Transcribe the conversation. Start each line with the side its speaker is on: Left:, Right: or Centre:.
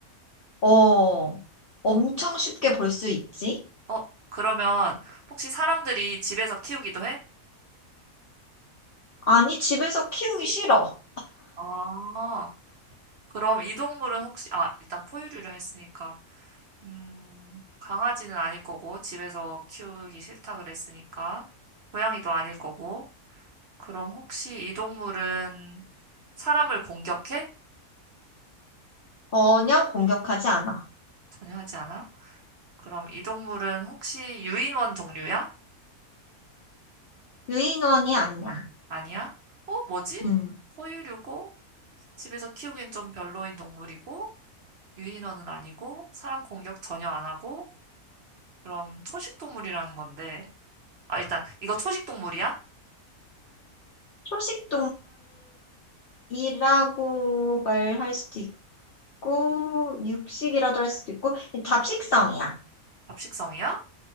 Left: 어, 엄청
Right: 어,
Left: 쉽게 볼 수 있지?
Right: 어, 그러면 혹시 사람들이 집에서 키우기도 해?
Left: 아니, 집에서 키우기 싫어.
Right: 아, 그럼 이 동물은 혹시, 아, 일단 포유류를 했으니까. 음, 강아지는 아닐 거고, 집에서 키우기 싫다 그랬으니까, 고양이도 아닐 거고, 그럼 혹시 이 동물은 사람을 공격해?
Left: 전혀 공격하지 않아.
Right: 전혀 하지 않아? 그럼 이 동물은 혹시 유인원 종류야?
Left: 유인원이 아니야.
Right: 아니야? 어, 뭐지?
Left: 음,
Right: 포유류고, 집에서 키우기엔 좀 별로인 동물이고, 유인원은 아니고, 사람 공격 전혀 안 하고, 그럼 초식 동물이라는 건데, 아, 일단, 이거 초식 동물이야?
Left: 초식 동물이라고 말할 수도 있고, 육식이라도 할 수도 있고, 잡식성이야.
Right: 잡식성이야?